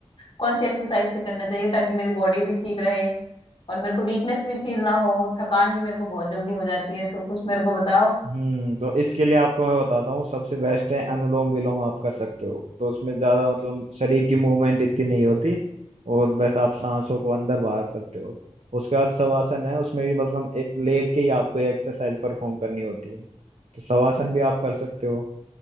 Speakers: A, on the left; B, on the right.
A: कौन सी एक्सरसाइज से करना चाहिए ताकि मेरी बॉडी भी ठीक रहे और मेरे को वीकनेस भी फील ना हो थकान भी मेरे को बहुत जल्दी हो जाती है तो कुछ मेरे को बताओ
B: हम्म तो इसके लिए आपको मैं बताता हूँ सबसे बेस्ट है अनुलोम विलोम आप कर सकते हो तो उसमें ज्यादा मतलब शरीर की मूवमेंट इतनी नहीं होती और बस आप सांसों को अंदर बाहर करते हो उसके बाद शवासन है उसमें भी मतलब एक लेट के ही आपको एक्सरसाइज परफॉर्म करनी होती है तो शवासन भी आप कर सकते हो